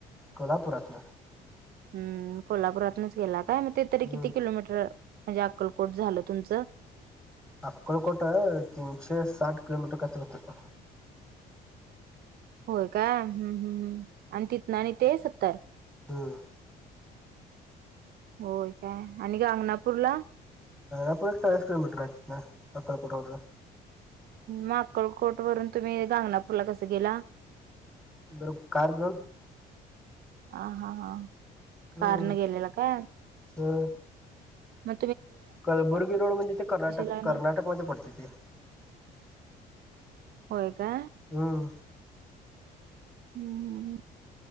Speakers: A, in the centre; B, on the right.
A: कोल्हापुरातन
B: हम्म कोल्हापुरातूनच गेला. हा मग ते
A: हम्म
B: तरी किती किलोमीटर म्हणजे अक्कल कोट झालं तुमचं.
A: अक्कलकोटा तीनशे साठ किलोमीटर काय तरी होत.
B: होय का हम्म हम्म हम्म आणि तिथ आणि ते सत्तर.
A: हम्म
B: होय काय आणि गागंनापुरला.
A: आपल चाळीस किलोमीटर आहे इथनं अक्कलकोट वरण.
B: मग अक्कलकोट वरून तुम्ही गांगनापूरला कस गेला.
A: <unintelligible>
B: आ हा हा.
A: हम्म
B: कारने गेलेला काय?
A: हम्म
B: म
A: कलबुर्गी रोड म्हणजे ते कर्नाटक
B: आणि
A: कर्नाटकमध्ये पडते ते.
B: होय का?
A: हम्म
B: हम्म हम्म हम्म.